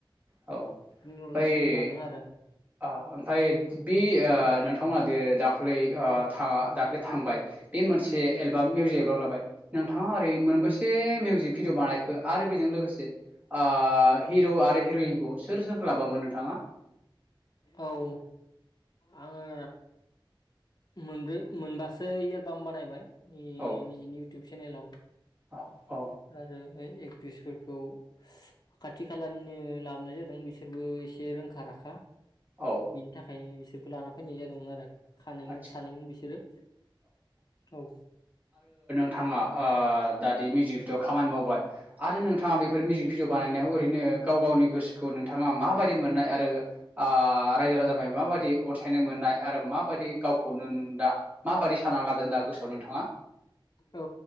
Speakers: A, on the right; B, on the left.
A: औ <unintelligible>
B: एक्टिं रल लादों आरो
A: आ ओमफाय बे आ नोंथांमोना दे दाख्लै आ था दाख्लै थांबाय बे मोनसे एलबाम मिउजिक एलबाम लाबाय नोंथांङा ओरै मोनबेसे मिउजिक भिडिअ बानायखो आरो बेजों लोगोसे? आ हिर' आरो हिर'इनखौ सोर सोरखौ लाबोआमोन नोंथांङा?
B: औ आंङो मोनब्रै मोनबासो एलबाम बानायबाय
A: औ
B: निजिनि इउटुब चेनेलाव
A: औ। औ
B: आरो ओ एक्ट्रिसफोरखौ खाथि खालानिनो लाबोनाय जादों बिसोरबो एसे रोंखा राखा।
A: औ
B: बिनि थाखायनो बिसोरखौ लाना फैनाय जादोंमोन आरो। खानैमोन
A: आदसा
B: सानैमोन बिसोरो औ।
A: नोंथांङा ओ दाादि मिउजिक भिडिअ खामानि मावबाय आरो नोंथांङा बेफोर मिउजिक भिडिअ बानायनायाव ओरैनो। गाव गावनि गोसोखौ नोंथांङा माबायदि मोननाय आरो आ रायजो राजानिफ्राय माबायदि अनसायनाय मोननाय आरो माबायदि गावखौनो नों दा माबाददि सानना लादों दा गोसोआव? नोंथाङा
B: औ